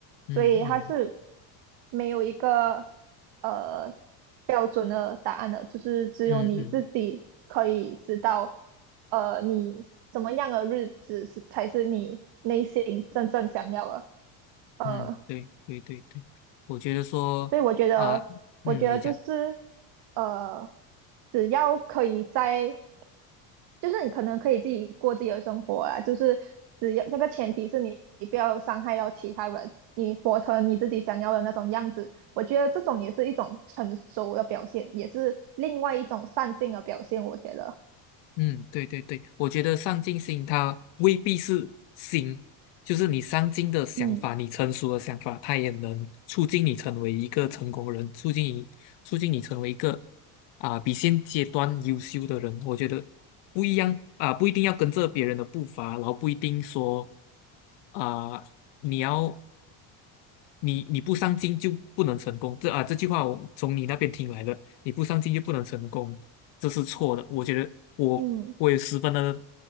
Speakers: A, on the left (about 60°); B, on the right (about 55°).
A: 嗯嗯
B: 所以他是没有一个呃标准的答案的，就是只有你自己可以知道，
A: 嗯嗯
B: 呃，你什么样的日子是才是你内心真正想要的，呃，
A: 嗯，对对对对，我觉得说啊、
B: 所以我觉得，
A: 嗯，
B: 我觉得就是
A: 你讲。
B: 呃，只要可以在就是你可能可以自己过自己的生活啊，就是只要那个前提是你你不要伤害到其他人，你活成你自己想要的那种样子。我觉得这种也是一种成熟的表现，也是另外一种上进的表现。我觉得，
A: 嗯，对对对，我觉得上进心它未必是心，就是你上进的想法，
B: 嗯
A: 你成熟的想法，它也能促进你成为一个成功人，促进你促进你成为一个啊、比现阶段优秀的人。我觉得不一样啊、不一定要跟着别人的步伐，然后不一定说啊、你要你你不上进就不能成功，这啊这句话我从你那边听来的，你不上进就不能成功，这是错的。我觉得我我也十分的
B: 嗯